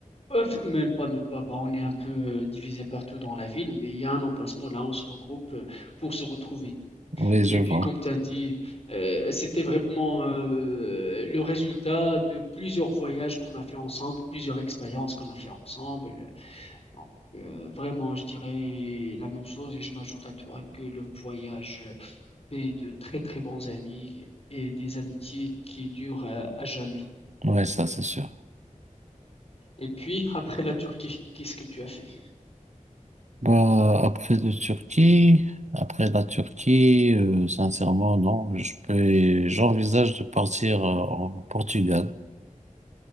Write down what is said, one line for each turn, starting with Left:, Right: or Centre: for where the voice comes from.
Left: Euh, f- même pas, même pas. Bah, on est un peu euh, divisé partout dans la ville, mais il y a un emplacement là où on se regroupe euh, pour se retrouver.
Right: Oui, je
Left: Et puis,
Right: vois.
Left: comme tu as dit, euh, c'était vraiment euh, le résultat de plusieurs voyages qu'on a fait ensemble, plusieurs expériences qu'on a fait ensemble. Donc, euh, vraiment, je dirais la même chose et je m'ajoute à toi que le voyage fait de très, très bons amis et des amitiés qui durent euh, à jamais.
Right: Oui, ça, c'est sûr.
Left: Et puis, après la Turquie, qu'est-ce que tu as fait?
Right: Bah, après la Turquie, après la Turquie, euh, sincèrement, non. Je peux, j'envisage de partir euh, en Portugal.